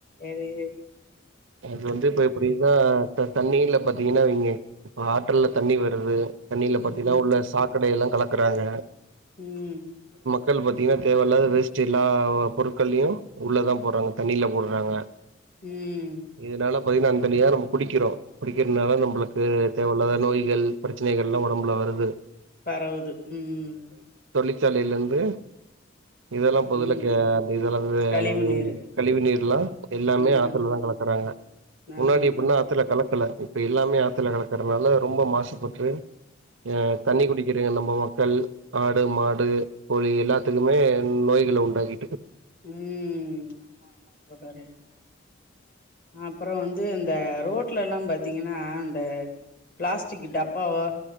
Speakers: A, on the left; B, on the right.
A: எதை
B: அது வந்து இப்ப எப்டின்னா த தண்ணீல பாத்தீங்கன்னா வைங்க இப்ப ஆற்றுல்ல தண்ணி வருது தண்ணியில பாத்தீன்னா
A: ம்
B: உள்ள சாக்கடையெல்லா கலக்குறாங்க
A: ம்
B: பொட்கள் பாத்தீங்கன்னா தேவையில்லாத வேஸ்டுயெல்லா பொருட்கள்ளியு உள்ளதா போடுறாங்க தண்ணில போடுறாங்க
A: ம்
B: இதனால பாத்திங்கன்னா அந்தண்ணியா தா நம்ம குடிக்கிறோ குடிக்கிறதுனால நம்பளுக்கு தேவயில்லாத நோய்கள் ப்ரச்சனைக எல்லா ஒடம்புல வருது
A: பரவுது ம்
B: தொழிசாலலேந்து இதெல்லா பொதுல
A: ம்
B: அந்த இதெல்லா வெ
A: கழிவு
B: வு
A: நீரு
B: கழிவு நீீர்லா எல்லாமே
A: ம்
B: ஆத்தல தா கலக் கறங்க முன்னாடி
A: ஆமா
B: எப்டின்னா
A: தோழர்
B: அத்துல கலக்குல இப்ப எல்லாமே ஆத்துல கலக்கறனால ரொம்ப மாசுபட்டு ம் தண்ணி குடிக்கிறங்க நம்ப ம க்கள் ஆடு மாடு கோழி எல்லாத்துக்குமே நோய்கள உண்டாக்கி
A: ம் ஆமா ஆமா தோழரே அப்றோ வந்து இந்த ரோட்ல எல்லா பாத்தீங்கன்னா இந்த பிளாஸ்டிகி டப்பாவோ